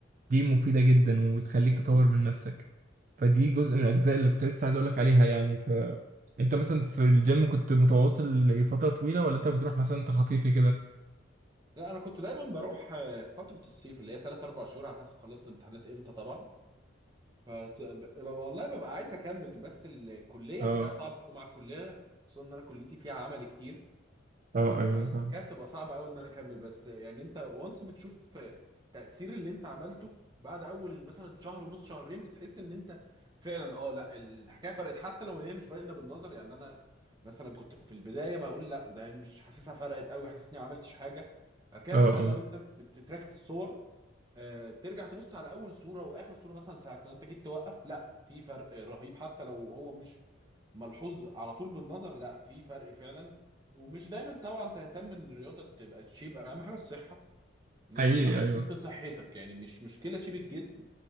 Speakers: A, on the right; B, on the right.
A: دي مفيده جدا وبتخليك تطور من نفسك فدي جزء من الاجزاء اللي كنت لسه عايز اقول لك عليها يعني انت مثلا في الجيم كنت متواصل لفترة طويلة ولا انت بتروح مثلا تخطيفي كده
B: لا انا كنت دايما بروح آه، فتره الصيف اللي هي 3 4 شهور على حسب خلصت امتحانات امتى طبعا ف ب- والله ببقى عايز اكمل بس الكليه
A: اه
B: الحكايه صعبه قوي مع الكليه خصوصا ان انا كليتي فيها عمل كتير
A: اه ايوه
B: فكانت
A: طبعا
B: تبقى صعبه قوي ان انا اكمل بس يعني انت وانس بتشوف تاثير اللي انت عملته بعد اول مثلا شهر ونص شهرين بتحس ان انت فعلا اه لا الحكايه فرقت حتى لو هي مش باينه بالنظر يعني انا مثلا كنت في البدايه بقول لا ده مش حاسسها فرقت قوي حاسسني ما عملتش حاجه كان
A: اه
B: مثلا
A: اه
B: لو انت بتتراك بالصور آه، بترجع تبص على اول صوره واخر صوره مثلا ساعه ما انت جيت توقف لا في فرق رهيب حتى لو هو مش ملحوظ على طول بالنظر لا في فرق فعلا ومش دايما طبعا تهتم ان الرياضه تبقى تشيب اهم حاجه الصحه ان
A: حقيقي
B: انت تبقى حسنت
A: ايوه
B: صحتك يعني مش مشكله تشيب الجسم